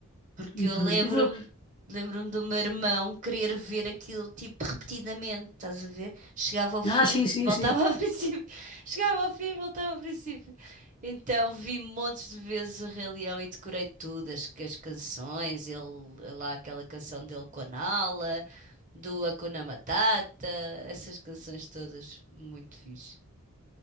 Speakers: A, on the right (about 35°); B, on the left (about 20°).
A: Porque
B: E
A: eu
B: pronto.
A: lembro-me,
B: E vou...
A: lembro-me do meu irmão querer ver aquilo tipo repetidamente, estás a ver? Chegava ao fim,
B: Ah, sim, sim,
A: voltava
B: sim.
A: ao <laughs> princípio. Chegava ao fim, voltava ao princípio. Então vi montes de vezes o Rei Leão e decorei tudo, as, as canções, ele lá aquela canção dele com a Nala, do Hakuna Matata, essas canções todas muito fixe.